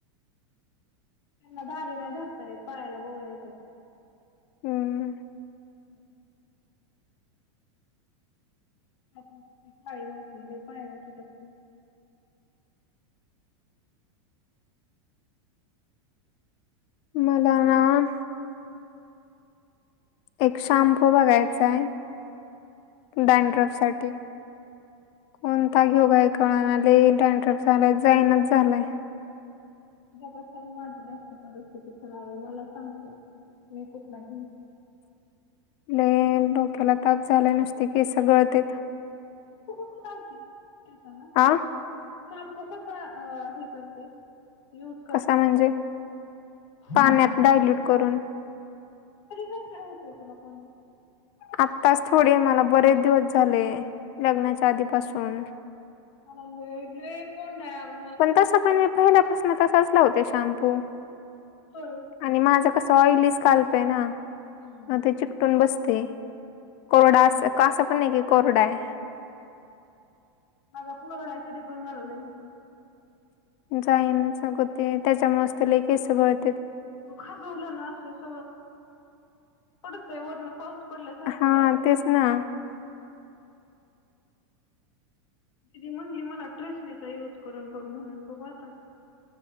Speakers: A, on the left (about 80°); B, on the left (about 35°).
A: त्यांना दारी नाही धरता येत पायाला बोळ येत
B: हम्म
A: ब आपण पाय मातले पायचे टकते
B: मदाान एक शॅम्पू बघायचा आहे डॅनड्रफ साठी कोणता घेऊ काय कळणाले डॅनड्रफ झालाय जाईनच झालाय
A: ्यापेक्षा माझी जास्त परिस्थिती खराब आहे मला सांगतो मी कुठला घेचो
B: ले डोक्याला ताप झाला नसते की स गळते.
A: ख लावते ना
B: आ
A: शॅम्पू कसा हे करते. यूज करते
B: कसा म्हणजे
A: ह
B: पाण्यात डायल्यूट करून
A: ख काय होतय तुला कोणला
B: आत्ताच थोडे मला बरेच दिवस झाले लग्नाच्या आधी पाासून
A: कलाले कोडग
B: पण तस पण पहिल्यापासून तसा असला होते शॅम्पू
A: होय
B: आणि माझं कस ऑइलीस काल्प आहे ना
A: हम्म
B: मग ते चिकटून बसते कोरडा अस कसं पण नाही कि कोरडा आहे
A: माझा कुमरडायसरी पण मलाला होतो
B: जाईन सगते त्याच्या मस्त लेखे सगळते
A: दुखाचवलं ना अस अस पडतय वरर्ण पाऊस पडल्यासारखं
B: हा
A: भरपूर
B: तेच ना
A: दिदी म्हंली मला ट्रेसणीचा यूज करून बघ म्हणून बघ आता